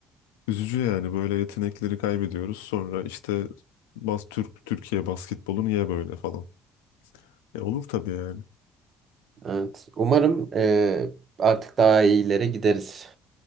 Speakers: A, on the left; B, on the right.
A: Üzücü yani böyle yetenekleri kaybediyoruz. Sonra işte bas Türk Türkiye basketbolu niye böyle falan. E olur tabii yani.
B: Evet. Umarım eee, artık daha iyilere gideriz.